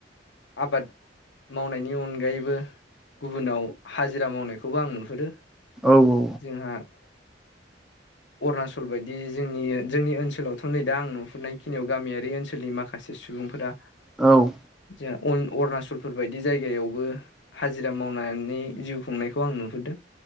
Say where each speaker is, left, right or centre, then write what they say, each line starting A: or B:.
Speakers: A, on the left; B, in the centre.
A: आबाद मावनायनि अनगायैबो गुबुनाव हाजिरा मावनायखौबो आं नुहुरो।
B: औ औ
A: जोंहा अरुणाचल बायदि जोंनि जोंनि ओनसोलावथ' नै दा आं नु हुरनाय खिनियाव गामियारि ओनसोलनि माखासे सुबुंफोरा
B: औ
A: जोंहा उन अरुणचलफोर बायदि जायगायावबो हाजिरा मावनानै जिउ खुंनाय खौ आं नुहुरदों,